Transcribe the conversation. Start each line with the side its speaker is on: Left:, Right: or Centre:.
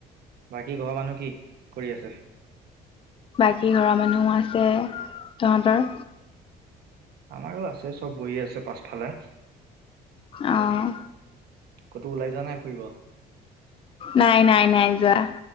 Right: বাকী ঘৰৰ মানুহ কি কৰি আছে
Left: বাকী ঘৰৰ মানুহো আছে তহঁতৰ
Right: আমাৰো আছে চব বহি আছে পাছফালে
Left: আহ
Right: ক'তো ওলাই যোৱা নাই ফুৰিব
Left: নাই নাই নাই যোৱা